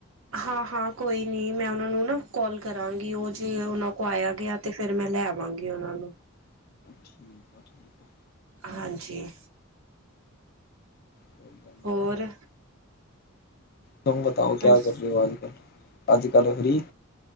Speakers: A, on the right; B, on the left.
A: ਹਾਂ-ਹਾਂ ਕੋਈ ਨੀ, ਮੈਂ ਉਹਨਾਂ ਨੂੰ ਨਾ ਕੋਲ ਕਰਾਂਗੀ ਉਹ ਜੇ ਉਨਾਂ ਕੋਲ ਆਇਆ-ਗਿਆ ਤੇ ਫਿਰ ਮੈਂ ਲੈ ਆਵਾਂਗੀ ਉਨਾਂ ਨੂੰ।
B: ਠੀਕ ਆ-ਠੀਕ ਆ।
A: ਹਾਂਜੀ।
B: ਕੋਈ <unintelligible>
A: ਹੋਰ
B: ਤੁਮ ਬਤਾਓ ਕਿਆ
A: ਹਾਂਜੀ
B: ਕਰ ਰਹੇ ਹੋ ਅੱਜ-ਕੱਲ? ਅੱਜ-ਕੱਲ ਫਰੀ।